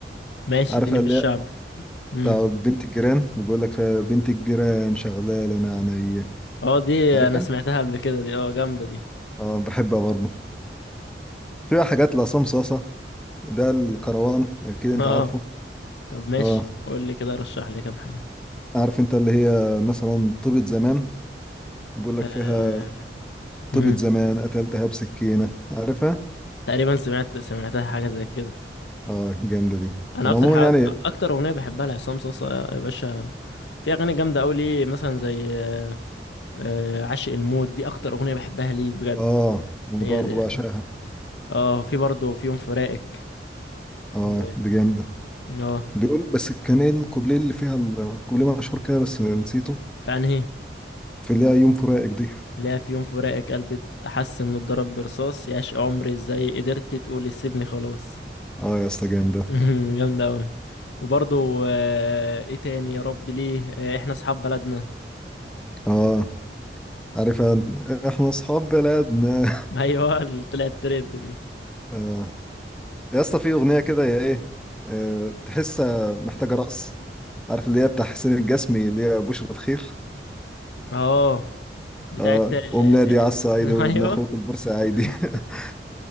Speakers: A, on the left; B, in the centre.
A: ماشي
B: عارفها
A: اديني في
B: اللي
A: الشعب
B: هي
A: امم
B: بتاع بنت الجيران اللي بيقول لك فيها بنت الجيران شغاله انا عينيا
A: اه دي
B: عارفها
A: انا سمعتها قبل كده دي اه جامده دي
B: اه بحبها برضه فيها حاجات لعصام صاصه ده الكروان اكيد
A: <laughs>
B: انت
A: اه
B: عارفه
A: طب ماشي
B: اه
A: قول لي كده رشح لي كام حاجة
B: عارف انت اللي هي مثلا طيبة زمان بيقول لك
A: أه...
B: فيها
A: مم.
B: طيبة زمان قتلتها بسكينه عارفها
A: تقريبا سمعت سمعتها حاجة زي كده
B: اه جامده دي
A: انا
B: انا
A: اكتر
B: عموما
A: حاجة
B: يعني
A: اكتر اغنية بحبها لعصام صاصا يا باشا في اغاني جامدة قوي ليه مثلا زي أه... آه، عاشق الموت دي اكتر اغنية بحبها ليه بجد
B: اه انا
A: هي
B: برضه
A: دي.
B: بعشقها
A: اه في برضه في يوم فراقك
B: اه
A: و
B: دي جامده
A: اه
B: بيقول بس كان ايه الكوبليه اللي فيها ال- الكوبليه مشهور كده بس نسيته
A: في انهي
B: في اللي هي يوم فراقك دي
A: لا في يوم فراقك قلبي حس انه اتضرب برصاص يا عشق عمري ازاي قدرت تقولي سيبني خلاص
B: اه يا اسطى جامدة
A: <laughs> جامدة أوي وبرضو آه، ايه تاني يا رب ليه آه، احنا اصحاب بلدنا
B: اه عارف أنا- احنا اصحاب بلدنا
A: <laughs> ايوه اللي طلعت ترند دي
B: <laughs> اه يا اسطى في اغنية كده يا ايه آه تحسها محتاجة رقص عارف اللي هي بتاع حسين الجسمي اللي هي بشرة خير
A: اه بتاعت
B: اه
A: آه،
B: قوم نادي على الصعيد
A: <laughs>
B: وابن
A: ايوه
B: اخوك البورسعيدي
A: <laughs>
B: <laughs>